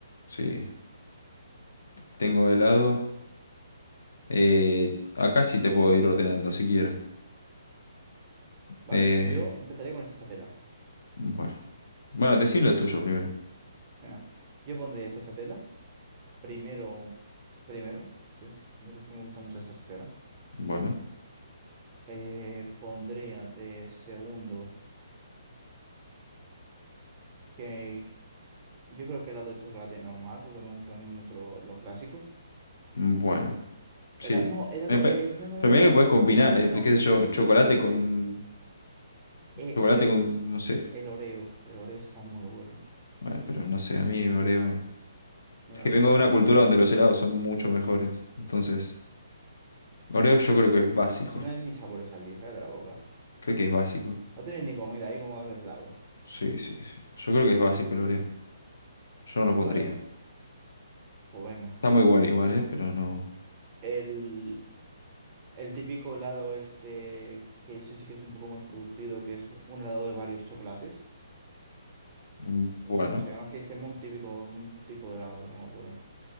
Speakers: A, on the left (about 80°); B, on the right (about 20°).
A: Sí. Tengo helado. Eh, acá sí te puedo ir ordenando si quiero.
B: Vale,
A: Eh,
B: yo empezaría con esta chatela.
A: bueno. Bueno, decir los tuyos primero.
B: Mira, yo pondría esta chatela. Primero, primero, sí, primero es que me gusta mucho esta chatela.
A: Bueno.
B: Eh, pondría de segundo, que yo creo que helado de chocolate normal, porque me gusta también mucho lo, lo clásico.
A: Bueno. Sí.
B: Hela- no, helado,
A: Me pa-
B: eh, no, no,
A: Pero
B: no, no,
A: mira
B: no,
A: que
B: no,
A: podés combinar,
B: el chocolate
A: ¿eh?
B: no.
A: Qué sé yo,
B: Sí, sí,
A: chocolate
B: sí, eso te voy a
A: con.
B: decir. Eh,
A: Chocolate
B: Oreo,
A: con. No sé.
B: el Oreo, el Oreo está muy bueno.
A: Bueno, pero no sé, a mí, Oreo.
B: El
A: Es
B: Oreo
A: que vengo
B: me
A: de una
B: gusta.
A: cultura donde los helados son mucho mejores. Entonces, Oreo yo creo que es básico.
B: Pues si no hay ni sabores allí, cállate la boca.
A: Creo que es básico.
B: No tenéis ni comida ahí, ¿cómo hacer helado?
A: Sí, sí, sí. Yo creo que es básico el Oreo. Yo no lo pondría.
B: Vale, pues venga.
A: Está muy bueno igual, ¿eh? Pero no.
B: El... El típico helado este, que eso sí que es un poco más producido, que es un helado de varios chocolates.
A: Mm,
B: No
A: Bueno,
B: sé cómo se llama, es que se llama un típico, un tipo de helado, pero no me acuerdo.